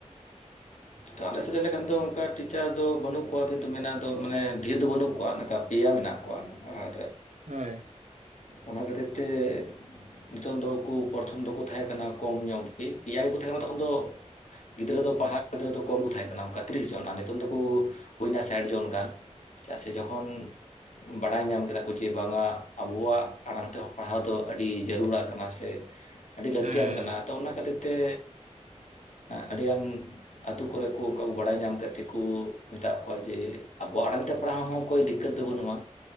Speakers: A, on the left; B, on the right.
A: ᱛᱚ ᱟᱞᱮ ᱥᱮᱫ ᱞᱟᱹᱭ ᱞᱮᱠᱷᱟᱱ ᱫᱚ ᱚᱱᱠᱟ ᱴᱤᱪᱟᱨ ᱫᱚ ᱵᱟᱹᱱᱩᱜ ᱠᱚᱣᱟ ᱠᱤᱱᱛᱩ ᱢᱮᱱᱟᱜ ᱫᱚ ᱢᱟᱱᱮ ᱰᱷᱮᱨ ᱫᱚ ᱵᱟᱹᱱᱩᱜ ᱠᱚᱣᱟ ᱱᱚᱝᱠᱟ ᱯᱮᱭᱟ ᱢᱮᱱᱟᱜ ᱠᱚᱣᱟ ᱾ ᱟᱨᱼᱼ
B: ᱦᱚᱭ ᱾
A: ᱚᱱᱟ ᱠᱷᱟᱹᱛᱤᱨ ᱛᱮ ᱱᱤᱛᱚᱜ ᱫᱚ ᱠᱩ ᱯᱟᱼᱼ ᱩᱱ ᱫᱚᱠᱚ ᱛᱟᱦᱮᱸ ᱠᱟᱱᱟ ᱠᱚᱢ ᱧᱚᱜ ᱜᱮ ᱯᱮᱭᱟ ᱜᱮᱠᱚ ᱛᱟᱦᱮᱸ ᱠᱟᱱᱟ ᱛᱚᱠᱷᱚᱱ ᱫᱚᱼᱼ ᱜᱤᱫᱽᱨᱟᱹ ᱫᱚ ᱯᱟᱲᱦᱟᱣ ᱜᱤᱫᱽᱨᱟᱹ ᱫᱚ ᱠᱚᱢ ᱠᱚ ᱛᱟᱦᱮᱸ ᱠᱟᱱᱟ ᱚᱱᱠᱟ ᱛᱤᱨᱤᱥ ᱡᱚᱱ ᱜᱟᱱ, ᱱᱤᱛᱚᱝ ᱫᱚᱠᱚ ᱦᱩᱭᱱᱟ ᱥᱟᱴ ᱡᱚᱱ ᱜᱟᱱ ᱾ ᱪᱮᱫᱟᱜ ᱥᱮ ᱡᱚᱠᱷᱚᱱ ᱵᱟᱰᱟᱭ ᱧᱟᱢ ᱠᱮᱫᱟ ᱠᱚ ᱡᱮ ᱵᱟᱝᱟ ᱟᱵᱚᱣᱟᱜᱼᱼ ᱟᱲᱟᱝ ᱛᱮᱦᱚᱸ ᱯᱟᱲᱦᱟᱣ ᱫᱚ ᱟᱹᱰᱤ ᱡᱟᱹᱨᱩᱲᱟᱜ ᱠᱟᱱᱟ ᱥᱮ, ᱟᱹᱰᱤ ᱞᱟᱹᱠᱛᱤᱭᱟᱱ
B: ᱦᱮᱸ
A: ᱠᱟᱱᱟ ᱾ ᱛᱚ ᱚᱱᱟ ᱠᱷᱟᱹᱛᱤᱨ ᱛᱮ ᱟᱹᱰᱤᱜᱟᱱᱼᱼ ᱟᱛᱩ ᱠᱚᱨᱮ ᱠᱚ ᱚᱱᱠᱟ ᱠᱚ ᱵᱟᱰᱟᱭ ᱧᱟᱢ ᱠᱮᱫ ᱛᱮᱠᱚ ᱢᱮᱛᱟᱜ ᱠᱚᱣᱟ ᱡᱮ ᱟᱵᱚᱣᱟᱜ ᱟᱲᱟᱝ ᱛᱮᱼᱼ ᱯᱟᱲᱦᱟᱣ ᱦᱚᱸ ᱠᱚᱭ ᱫᱤᱠᱠᱟᱹᱛ ᱫᱚ ᱵᱟᱹᱱᱩᱜᱼᱟ